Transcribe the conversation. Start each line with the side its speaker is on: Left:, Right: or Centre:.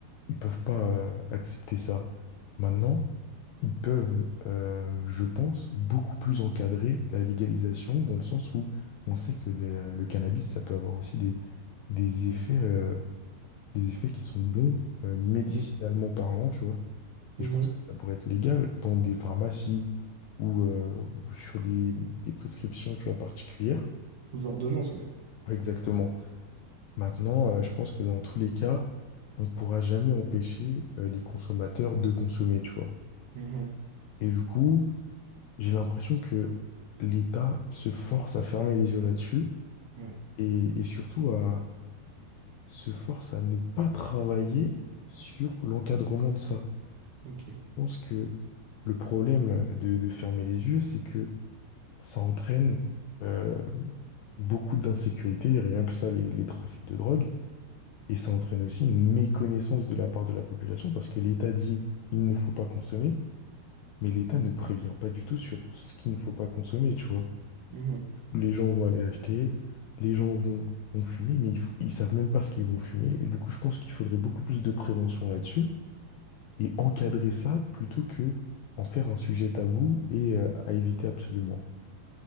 Left: ils peuvent pas euh, accepter ça. Maintenant, ils peuvent, euh, je pense, beaucoup plus encadrer la légalisation dans le sens où on sait que le, le cannabis, ça peut avoir aussi des, des effets, euh, des effets qui sont bons, euh, médicinalement
Right: Mhm.
Left: parlant, tu vois.
Right: Mhm.
Left: Et je pense que ça pourrait être légal dans des pharmacies ou, euh, ou sur des, des prescriptions, tu vois, particulières.
Right: Sous ordonnance, ouais.
Left: Exactement. Maintenant, euh, je pense que dans tous les cas, on ne pourra jamais empêcher, euh, les consommateurs de consommer, tu vois.
Right: Mhm.
Left: Et du coup, J'ai l'impression que l'État se force à fermer les yeux là-dessus
Right: Ouais.
Left: et, et surtout à se force à ne pas travailler sur l'encadrement de ça.
Right: Ok.
Left: Je pense que le problème de, de fermer les yeux, c'est que ça entraîne euh, beaucoup d'insécurité, rien que ça, les, les trafics de drogue, et ça entraîne aussi une méconnaissance de la part de la population parce que l'État dit il ne faut pas consommer, mais l'État ne prévient pas du tout sur ce qu'il ne faut pas consommer, tu vois.
Right: Mhm.
Left: les gens vont aller acheter, les gens vont, vont fumer, mais ils, fou- ils savent même pas ce qu'ils vont fumer. Et du coup, je pense qu'il faudrait beaucoup plus de prévention là-dessus et encadrer ça plutôt que en faire un sujet tabou et euh, à éviter absolument.